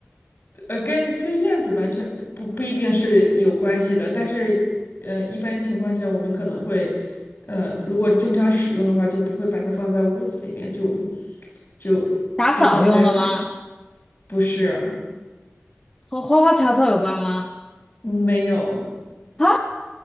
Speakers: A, on the left; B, on the left.
A: <laughs> 呃，跟跟院子完全不不一定是有关系的，但是呃，一般情况下我们可能会，呃，如果经常使用的话，就不会把它放在屋子里面，就就就放在，
B: 打扫用的吗？
A: 不是，
B: 和花花草草有关吗？
A: 嗯没有。
B: 啊？